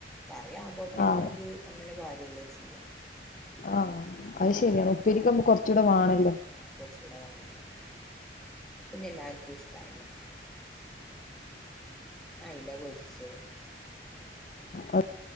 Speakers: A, in the centre; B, on the left.
A: കറിയാവവുമ്പോ പിന്നെ
B: ആഹ്
A: അത് അങ്ങനെ പരല്ലേ ചെയ്യാ
B: ആഹ് അത് ശരിയാണ് ഉപ്പഇരിക്കുമ്പോ കുറച്ചുകൂടെ വേണല്ല
A: ആ കുറച്ച കൂടെ വെണല്ലോ പിന്നെ എല്ലാർക്കും ഇഷ്ടായിണ് പി അയില പൊരിച്ചു
B: ഒരു